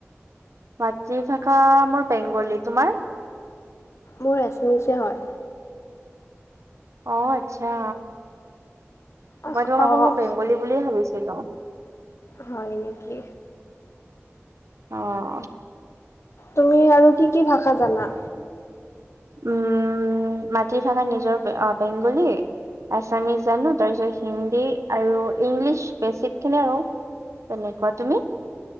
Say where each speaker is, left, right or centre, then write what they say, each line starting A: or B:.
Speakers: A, on the right; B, on the left.
A: মাতৃভাষা মোৰ বেংগলী তোমাৰ?
B: মোৰ এচমিচে হয়।
A: অ' আচ্ছা
B: অঁ
A: মই তোমাক আকৌ মই বেংগলী বুলিয়ে ভাবিছিলো।
B: হয় নেকি?
A: অ',
B: তুমি আৰু কি, কি ভাষা জানা?
A: উম, মাতৃভাষা নিজৰ আ বেংগলী আছামিছ জানো, তাৰপিছত হিন্দী আৰু ইংলিছ বেছিকখিনি আৰু। তেনেকুৱা, তুমি?